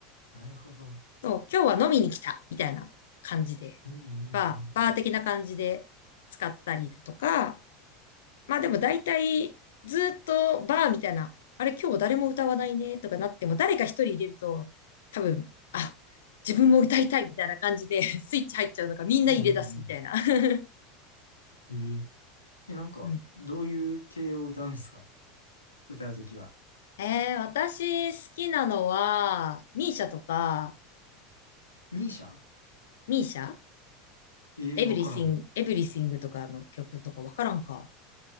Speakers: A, on the left; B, on the left.
A: なるほど。
B: そう、今日は飲みに来た、みたいな感じで、
A: うんうん
B: バー、バー的な感じで使ったりだとか、まあでも大体ずっとバーみたいな、あれ今日誰も歌わないねとかなっても誰か一人入れると多分、あ、自分も歌いたいみたいな感じで <laughs> スイッチ入っちゃうのかみんな入れ出すみたいな。
A: うん。うんうんうん。
B: <laughs>
A: えー、え、なんか、
B: うん
A: どういう系を歌うんすか歌うときは。
B: えー、私好きなのは、ミーシャとか、
A: ニーシャ
B: ミーシャ
A: ええー、
B: エブリシング、
A: わからん。
B: エブリシングとかの曲とかわからんか。